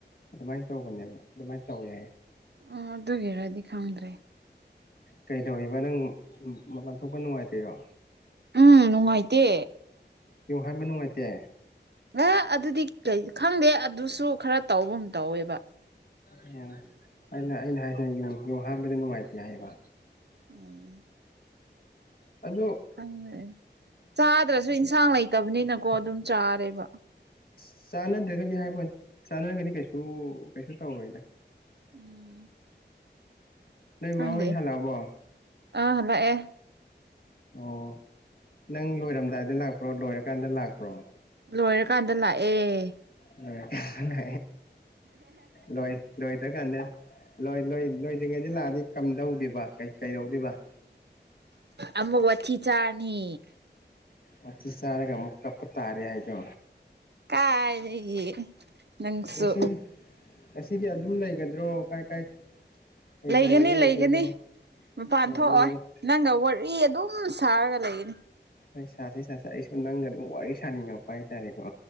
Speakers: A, on the left (about 55°); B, on the right (about 65°).
A: ꯑꯗꯨꯃꯥꯏꯅ ꯇꯧꯕꯅꯦꯕ ꯑꯗꯨꯃꯥꯏꯟ ꯇꯧꯋꯦ ꯌꯥꯏ ꯫
B: ꯑꯣ ꯗꯨꯒꯤꯔꯗꯤ ꯈꯪꯗ꯭ꯔꯦ꯫
A: ꯀꯩꯗꯧꯔꯤꯕ ꯅꯪ ꯃꯄꯥꯟꯊꯣꯛꯄ ꯅꯨꯡꯉꯥꯏꯇꯔ꯭ꯤꯔꯣ꯫
B: ꯎꯝ ꯅꯨꯡꯉꯥꯏꯇꯦ
A: ꯌꯦꯡ ꯍꯥꯟꯕ ꯅꯨꯡꯉꯥꯏꯇꯦ꯫
B: ꯑ ꯑꯗꯨꯗꯤ ꯀꯩ ꯈꯪꯗꯦ ꯑꯗꯨꯁꯨ ꯈꯔ ꯇꯧꯕꯝ ꯇꯧꯋꯦꯕ꯫
A: ꯑꯣ ꯑꯩꯅ ꯑꯩꯅ ꯍꯥꯏꯁꯤꯅ ꯌꯨꯡ ꯌꯨꯡ ꯍꯥꯟꯕꯗꯤ ꯅꯨꯡꯉꯥꯏꯇꯦ ꯍꯥꯏꯌꯦꯕ꯫
B: ꯑꯣ
A: ꯑꯗꯨ
B: ꯈꯪꯉꯦ ꯆꯥꯗ꯭ꯔꯁꯨ ꯏꯟꯁꯥꯡ ꯂꯩꯇꯕꯅꯤꯅꯀꯣ ꯑꯗꯨꯝ ꯆꯥꯔꯦꯕ꯫
A: ꯆꯥꯟꯅꯗ꯭ꯔꯒꯗꯤ ꯍꯥꯏꯕ ꯆꯥꯟꯅꯔꯒꯗꯤ ꯀꯩꯁꯨ ꯀꯩꯁꯨ ꯇꯧꯔꯣꯏꯗ꯫
B: ꯎꯝ
A: ꯅꯣꯏ
B: ꯈꯪꯗꯦ
A: ꯃꯥ ꯍꯣꯏ ꯍꯜꯂꯛꯑꯕꯣ
B: ꯑꯥ ꯍꯜꯂꯛ ꯑꯦ
A: ꯑꯣ ꯅꯪ ꯂꯣꯏꯔꯝꯗꯥꯏꯗ ꯂꯥꯛꯄ꯭ꯔꯣ ꯂꯣꯏꯔꯀꯥꯟꯗ ꯂꯥꯛꯄ꯭ꯔꯣ꯫
B: ꯂꯣꯏꯔꯀꯥꯟꯗ ꯂꯥꯛꯑꯦ
A: ꯂꯣꯏꯔꯀꯥꯟꯗ ꯂꯣꯏ ꯂꯣꯏꯗ ꯀꯥꯟꯗ ꯂꯣꯏ ꯂꯣꯏ ꯂꯣꯏꯗ꯭ꯔꯤꯉꯩꯗꯤ ꯂꯥꯛꯑꯗꯤ ꯀꯝꯗꯧꯗꯤꯕꯥ ꯀꯩꯗꯧꯗꯣꯏꯕ꯫
B: ꯑꯃꯨꯛ ꯋꯥꯊꯤ ꯆꯥꯔꯅꯤ꯫
A: ꯋꯥꯊꯤ ꯆꯥꯔꯒ ꯑꯃꯨꯛ ꯀꯞꯄ ꯇꯥꯔꯦ ꯍꯥꯏꯗꯣ꯫
B: ꯀꯥꯏꯗꯒꯤ ꯅꯪꯁꯨ
A: ꯉꯁꯤ ꯉꯁꯤꯗꯤ ꯑꯗꯨꯝ ꯂꯩꯒꯗ꯭ꯔꯣ ꯀꯥꯏ ꯀꯥꯏ ꯀꯩꯗꯧ
B: ꯂꯩꯒꯅꯤ
A: ꯂꯩꯗꯣꯏꯅꯣ
B: ꯂꯩꯒꯅꯤ ꯃꯄꯥꯟ
A: ꯍꯣꯏ
B: ꯊꯣꯛꯑꯣꯏ
A: ꯅꯣꯡ
B: ꯅꯪꯒ ꯋꯥꯔꯤ ꯑꯗꯨꯝ ꯁꯥꯔꯒ ꯂꯩꯒꯅꯤ꯫
A: ꯍꯣꯏ ꯁꯥꯁꯤ ꯁꯥꯁꯤ ꯑꯩꯁꯨ ꯅꯪꯒ ꯑꯗꯨꯝ ꯋꯥꯔꯤ ꯁꯥꯅꯤꯡꯉꯛꯄ ꯍꯥꯏꯇꯥꯔꯦꯀꯣ